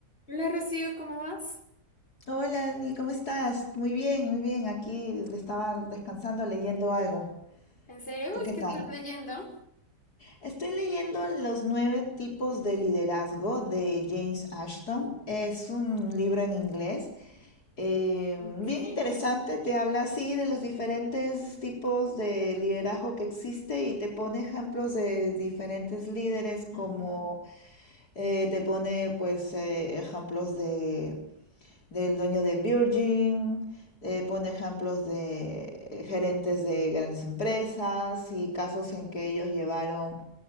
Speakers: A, on the left; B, on the left.
A: Hola Rocío, ¿cómo vas?
B: Hola, Dani, ¿cómo estás? Muy bien, muy bien. Aquí estaba descansando leyendo algo.
A: ¿En serio? Uy,
B: ¿Tú qué
A: ¿Qué
B: tal?
A: estás leyendo?
B: Estoy leyendo Los nueve tipos de liderazgo de James Ashton. Es un libro en inglés. eh,
A: Okay.
B: bien interesante, te habla así de los diferentes tipos de liderazgo que existe y te pone ejemplos de diferentes líderes como
A: Ujú.
B: eh, te pone pues eh, ejemplos de del dueño de Virgin, eh, pone ejemplos de gerentes de grandes empresas y casos en que ellos llevaron,